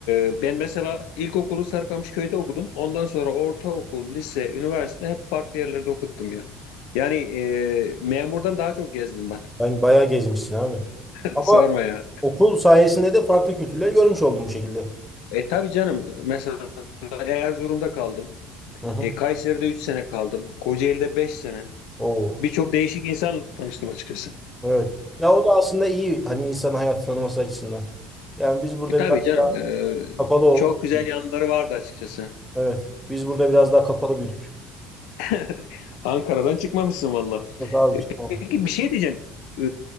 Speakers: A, on the left (about 60°); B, in the centre.
A: e, ben mesela ilkokulu Sarıkamışköy'de okudum. Ondan sonra ortaokul, lise, üniversite hep farklı yerlerde okudum ya. Yani e, memurdan daha çok gezdim ben.
B: Ben bayağı gezmişsin abi.
A: <laughs>
B: Ama
A: Sorma ya.
B: okul sayesinde de farklı kültürler görmüş oldum bu şekilde.
A: E tabii canım, mesela Erzurum'da kaldım.
B: Hı hı.
A: E, Kayseri'de 3 sene kaldım. Kocaeli'de 5 sene.
B: Oo,
A: Birçok değişik insanla tanıştım açıkçası.
B: evet. Ya o da aslında iyi hani insan hayatı tanıması açısından. Yani biz burada
A: E, tabii
B: biraz
A: canım.
B: daha
A: e,
B: kapalı ol.
A: çok güzel yanları vardı açıkçası.
B: Evet. Biz burada biraz daha kapalı büyüdük.
A: <laughs> Ankara'dan çıkmamışsın valla.
B: Yok abi
A: E,
B: çıkmadım.
A: peki bir şey diyeceğim. E,